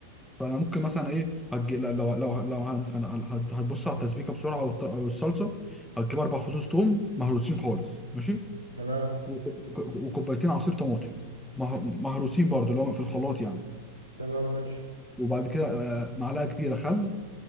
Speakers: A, in the centre; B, on the right.
A: فانا ممكن مثلا ايه هج... لو لو لو لو هن- هن- هت- هتبص على التسبيكه بسرعه والط- والصلصه هتجيب اربع فصوص توم مهروسين خالص ماشي
B: تمام
A: وك- وكوبايتين عصير طماطم مه- مهروسين برضو اللي هو في الخلاط يعني
B: تمام ماشي
A: وبعد كده آه، معلقه كبيره خل